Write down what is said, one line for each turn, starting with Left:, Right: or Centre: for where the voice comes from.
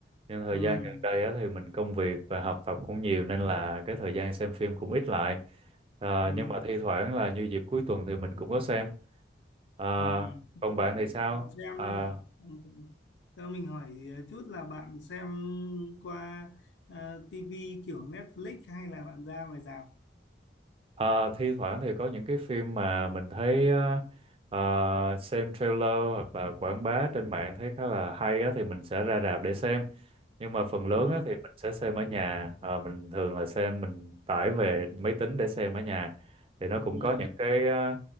Right: nhưng thời
Left: Ừ,
Right: gian gần đây á thì mình công việc và học tập cũng nhiều nên là cái thời gian xem phim cũng ít lại Ờ,
Left: ừ.
Right: nhưng mà thi thoảng là như dịp cuối tuần thì mình cũng có xem Ờ,
Left: Ừ.
Right: còn bạn
Left: Bạn,
Right: thì sao
Left: bạn xem
Right: Ờ,
Left: là ừ. Cho mình hỏi ờ, chút là bạn xem qua uh, TV kiểu Netflix hay là bạn ra ngoài rạp?
Right: Ờ, thi thoảng thì có những cái phim mà mình thấy á, ờ, xem trailer hoặc là quảng bá trên mạng thấy khá là hay á, thì mình sẽ ra rạp để xem nhưng mà phần lớn
Left: Ừ.
Right: á, thì mình sẽ xem ở nhà Ờ, mình thường là xem mình tải về máy tính để xem ở nhà thì nó cũng
Left: Ừ.
Right: có những cái ờ,